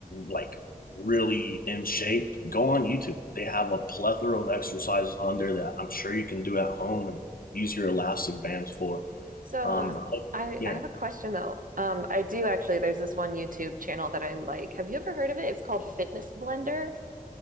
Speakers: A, on the left; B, on the right.
A: like really in shape go on youtube they have a plethora of exercises on there that i'm sure you can do at home and use your elastic bands for
B: So
A: um
B: um
A: I-
B: I
A: yeah
B: I have a question though. Um I do actually there's this one YouTube channel that I like. Have you ever heard of it? It's called Fitness Blender.